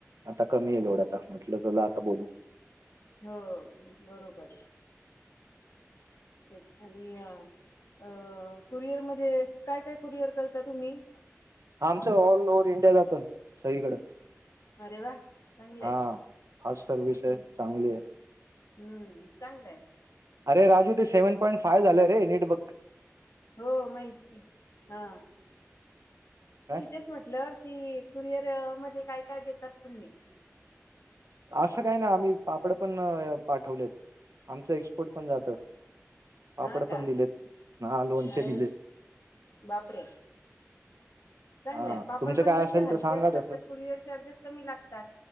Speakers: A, on the right; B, on the left.
A: आता कमीये लोड आता म्हटलं चला आता बोलू.
B: हो बरोबर. तेच आणि अ अ कुरिअर मध्ये काय काय कुरिअर करता तुम्ही?
A: आमचं ऑल ओव्हर इंडिया जात. सगळीकड
B: अरे वा चांगलं
A: हा
B: आहे
A: फास्ट सर्विस आहे
B: हम्म
A: चांगली आहे.
B: हम्म चांगलं हाय.
A: अरे राजू ते सेव्हन पॉईंट फाय झालंय रे नीट बग.
B: हो माहि हा
A: काय
B: मी तेेच म्हटलं की कुरिअर मध्ये काय काय देतात तुम्ही?
A: असं काय ना आम्ही पापड पण पाठवलेत आमचं एक्सपोर्ट पण जातं. पापड
B: हा का
A: पण दिलेत ना लोणचे
B: अरे
A: दिले.
B: बापरे! चांगलेय
A: हा
B: पापड
A: तुमचं
B: पण
A: काय
B: कसे
A: असेल
B: हलके
A: तर सांगा
B: असतात
A: तसं
B: तर कुरिअर चार्जेस कमी लागतात.